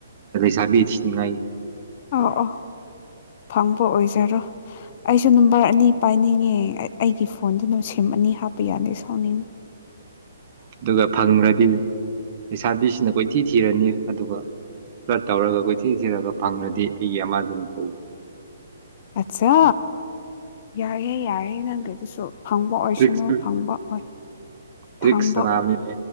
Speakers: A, on the right; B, on the left.
A: ꯗꯕꯤ ꯊꯤꯡꯉꯥꯏ
B: ꯑ ꯑ ꯐꯪꯕ ꯑꯣꯏꯖꯔꯣ ꯑꯩꯁꯨ ꯅꯝꯕꯔ ꯑꯅꯤ ꯄꯥꯏꯅꯤꯡꯉꯦ ꯑꯩꯒꯤ ꯐꯣꯟꯁꯤꯅ ꯁꯤꯝ ꯑꯅꯤ ꯍꯥꯞꯄ ꯌꯥꯗꯦ ꯁꯥꯎꯅꯤꯡ
A: ꯑꯗꯨꯒ ꯐꯪꯈ꯭ꯔꯗꯤ ꯂꯩꯁꯥꯕꯤꯁꯤꯅ ꯀꯣꯏꯊꯤ ꯊꯤꯔꯅꯤ ꯑꯗꯨꯒ ꯄꯨꯂꯠ ꯇꯧꯔꯒ ꯀꯣꯏꯊꯤꯟꯁꯤꯔꯒ ꯐꯪꯂꯗꯤ ꯑꯩꯒꯤ ꯑꯃꯗꯨꯅ ꯇꯧꯕ
B: ꯑꯆꯥ ꯌꯥꯏꯑꯦ ꯌꯥꯏꯌꯦꯦ ꯅꯪ ꯀꯩꯗꯨꯁꯨ ꯐꯪꯕ ꯑꯣꯏꯁꯅꯨ
A: ꯇ꯭ꯔꯤꯛꯁ
B: ꯐꯪꯕ ꯑꯣꯏ
A: ꯇ꯭ꯔꯤꯛꯁ
B: ꯐꯝꯕ
A: ꯁꯥꯟꯅꯕꯅꯤ